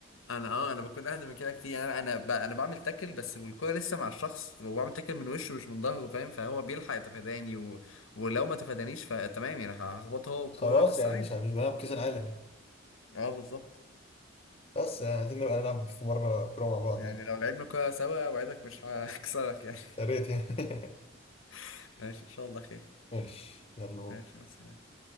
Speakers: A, on the left; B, on the left.
A: انا اه انا بكون اهدى من كده كتير يعني انا انا ب... انا بعمل تاكل بس والكوره لسه مع الشخص وبعمل تاكل من وشه مش من ظهره فاهم فهو بيلحق يتفاداني و... ولو ما تفادانيش فتمام يعني هخبطه هو الكوره
B: خلاص
A: بس
B: يعني
A: عادي
B: مش مش بنلعب كاس العالم يعني
A: اه بالظبط
B: بس يعني عايزين نبقى نلعب في مره كوره مع بعض
A: يعني
B: يعني
A: لو لعبنا كوره سوا اوعدك مش هكسرك يعني
B: يا ريت يعني <laughs>
A: <laughs> ماشي ان شاء الله خير
B: ماشي يلا بقى
A: ماشي مع السلامه